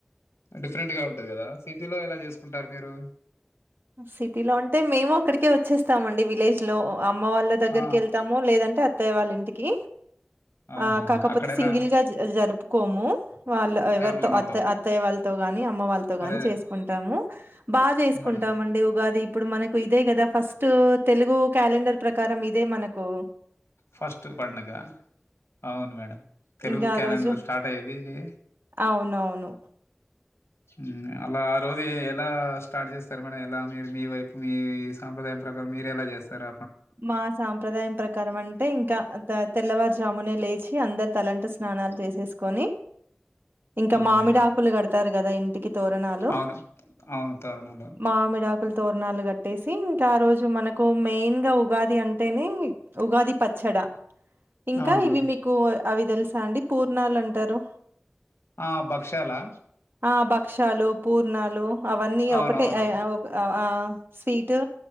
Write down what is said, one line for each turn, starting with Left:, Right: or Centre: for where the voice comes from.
Left: డిఫరెంట్ గా ఉంటది గదా సిటీ లో ఎలా చేసుకుంటారు మీరు
Right: సిటీ లో అంటే మేము అక్కడికే వచ్చేస్తామండి విలేజ్ లో అమ్మ వాళ్ళ దగ్గరికి
Left: ఆ
Right: యెళ్తాము లేదంటే అత్తయ్య వాళ్ళ ఇంటికి
Left: ఆహా
Right: ఆ కాకపోతే
Left: అక్కడ ఎలా
Right: సింగిల్ గా జరుపుకోము వాళ్ళ ఎవరితో
Left: ఫ్యామిలీ మొత్తం
Right: అత్త అత్తయ్య వాళ్ళతో వాని అమ్మ వాళ్ళతో గాని
Left: అదే అదే
Right: చేసుకుంటాము బాగా చేసుకుంటామండి
Left: ఉమ్మడి
Right: ఉగాది ఇప్పుడు మనకు ఇదే గదా ఫస్ట్ తెలుగు క్యాలెండర్ ప్రకారం ఇదే మనకు
Left: ఫస్ట్ పండగ అవును మేడం తెలుగు
Right: ఇంకా
Left: క్యాలెండర్
Right: ఆ రోజు
Left: స్టార్ట్ అయ్యేది ఇది
Right: అవునవును
Left: ఉమ్ అలా ఆ రోజు ఎలా స్టార్ట్ చేస్తారు మన ఎలా మీరు మీ వైపు మీ సాంప్ర దాయం ప్రకారం మీరు ఎలా జేస్తారు.
Right: మా సాంప్రదాయం ప్రకారం అంటే ఇంకా తెల్లవారుజాము పొద్దున లేచి అందరు తలంటు స్నానాలు చేసేసుకొని ఇంకా
Left: అవును
Right: మామిడి
Left: మేడం.
Right: ఆకులు కడతారు. గదా ఇంటికి తోరణాలు
Left: అవును. అవును తోరణాలు.
Right: మామిడాకులు తోరణాలు గట్టేసి ఇంకా ఆ రోజు మనకు మెయిన్ గా ఉగాది అంటేనే ఉగాది పచ్చడా ఇంకా
Left: అవును
Right: ఇవి
Left: మేడం.
Right: మీకు అవి దెలుసా అండి పూర్ణాలు అంటారు.
Left: ఆ భక్ష్యాలా
Right: ఆ భక్ష్యాలు పూర్ణాలు అవన్నీ
Left: అవునవును.
Right: ఒకటే ఆ స్వీటు